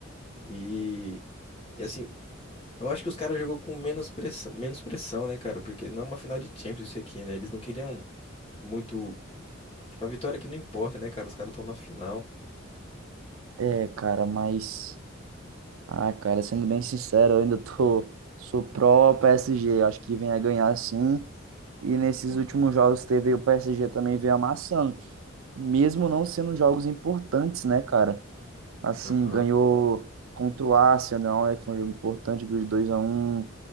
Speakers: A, on the left (about 30°); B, on the right (about 80°).
A: E. E assim, Eu acho que os caras jogou com menos pressão, menos pressão, né, cara? Porque não é uma final de Champions isso aqui, né? Eles não queriam muito. Tipo, a vitória aqui não importa, né, cara? Os caras estão na final.
B: É, cara, mas. Ah, cara, sendo bem sincero, eu ainda tô. Sou pró-PSG. Acho que vem a ganhar sim. E nesses
A: Hum.
B: últimos jogos que teve, o PSG também veio amassando. Mesmo não sendo jogos importantes, né, cara? Assim,
A: Aham.
B: ganhou contra o Arsenal, né, que foi um jogo importante, ganhou de 2 a um